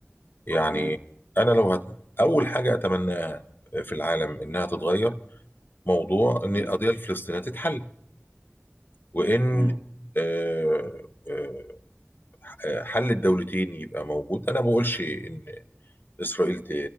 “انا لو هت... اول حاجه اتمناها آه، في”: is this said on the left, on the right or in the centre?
Left